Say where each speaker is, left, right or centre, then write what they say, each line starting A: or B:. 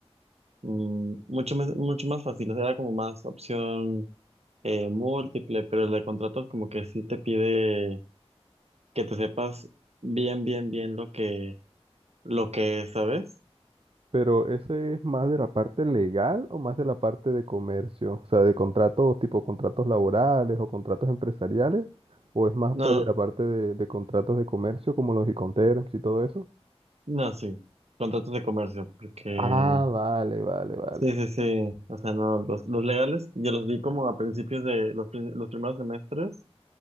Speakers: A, on the right (about 75°); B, on the right (about 60°).
A: mm, mucho, más- mucho más fácil, o sea, era como más opción eh, múltiple, pero el de contratos como que sí te pide que te sepas bien, bien, bien lo que, lo que es, ¿sabes?
B: pero ¿ese es más de la parte legal o más de la parte de comercio? O sea, de contratos tipo contratos laborales o contratos empresariales, o es más
A: No,
B: pa- de la parte de, de contratos de comercio como los Iconterms y todo eso?
A: no, sí, contratos de comercio, porque
B: Ah, vale, vale, vale.
A: sí, sí, sí, o sea, no, los, los legales yo los vi como a principios de los, prim- los primeros semestres.